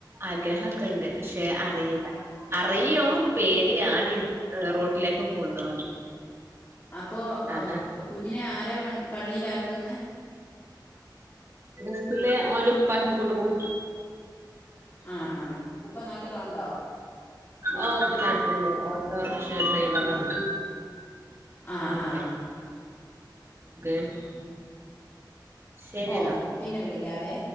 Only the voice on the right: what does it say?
ആഗ്രഹൊക്കെ ഉണ്ട് പക്ഷെ അറയൂല അറിയും പേടിയാണ് റോട്ടിലേക്കൊക്കെ കൊണ്ടോവാന്
അതാ
സ്സില് ഓന്റെ ഉപ്പാക്കി കൊടുക്കും
ആഹ് ഉപ്പ നാട്ടില്ണ്ട് റിക്ഷ ഡ്രൈവറാണ്
ഓക്കെ
<unintelligible> ശരി
എന്നാ